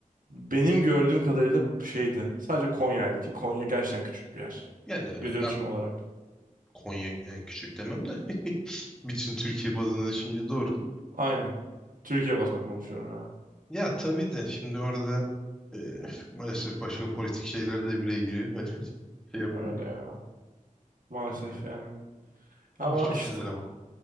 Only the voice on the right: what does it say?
benim gördüğüm kadarıyla şeydi. Sadece Konya'ydı ki Konya gerçekten küçük bir yer.
Yüz
ölçümü olarak.
Aynen. Türkiye bazında konuşuyorum ya.
Öyle ya. Maalesef
yani. Ama
işte